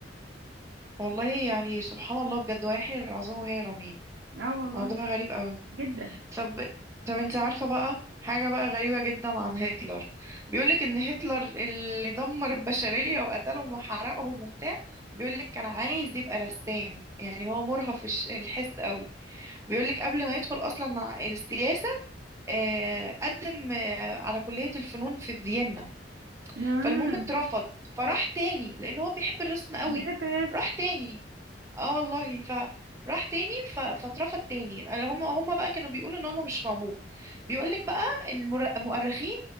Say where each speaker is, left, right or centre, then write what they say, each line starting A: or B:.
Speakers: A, on the right; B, on the right.
A: والله يعني سبحان الله بجد ويحيي العظام وهي رميم
B: اه والله
A: موضوع غريب قوي
B: جدا
A: طب طب انت عارفة بقى حاجة بقى غريبة جدا عن هتلر بيقولك ان هتلر اللي دمر البشرية وقتلهم وحرقهم وبتاع بيقولك كان عايز يبقى رسام يعني هو مرهف الش- الحس قوي بيقولك قبل ما يدخل اصلا ع- السياسة آه، قدم آه، على كلية الفنون في فيينا
B: آه.
A: فالمهم اترفض فراح تاني لان هو بيحب الرسم قوي
B: بحب الرسم
A: راح تاني اه والله فراح تاني ف... فاترفض تاني هم هم بقى كانوا بيقولوا ان هو مش موهوب بيقول لك بقى المر... المؤرخين